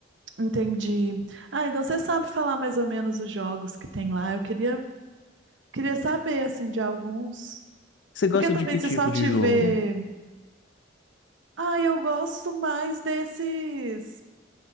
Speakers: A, on the right; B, on the left.
A: Entendi. Ah, então você sabe falar mais ou menos os jogos que tem lá. Eu queria, queria saber, assim, de alguns.
B: Você gosta
A: Porque também
B: de que
A: se
B: tipo
A: só
B: de
A: tiver
B: jogo?
A: Ah, eu gosto mais desses.